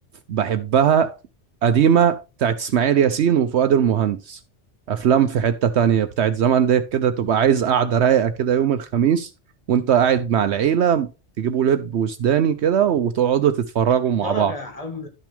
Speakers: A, on the right; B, on the left.
A: بحبها قديمة بتاعت اسماعيل ياسين وفؤاد المهندس افلام في حتة تانية بتاعت زمان ديت كده تبقى عايز قعدة رايقة كده يوم الخميس وانت قاعد مع العيلة تجيبوا لب وسوداني كده وتقعدوا تتفرجوا
B: للدرجه
A: مع بعض
B: يا عم